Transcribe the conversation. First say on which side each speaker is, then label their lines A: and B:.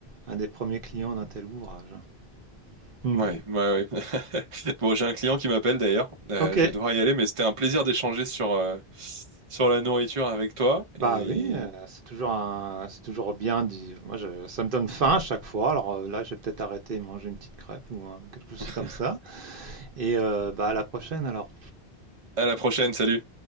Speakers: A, on the right; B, on the right.
A: un des premiers clients d'un tel ouvrage. hein. Hmm.
B: Ouais, ouais, ouais. <laughs> Bon, j'ai un client qui m'appelle d'ailleurs. Euh,
A: Ok,
B: je vais devoir y aller, mais c'était un plaisir d'échanger sur, euh, sur la nourriture avec toi.
A: bah
B: Et
A: oui, euh, c'est toujours un, c'est toujours bien. dit- Moi, je- ça me donne faim à chaque fois. Alors euh, là, j'ai peut-être arrêté et manger une petite crêpe ou un- quelque chose
B: <laughs>
A: comme ça. Et euh, bah à la prochaine alors.
B: à la prochaine, salut.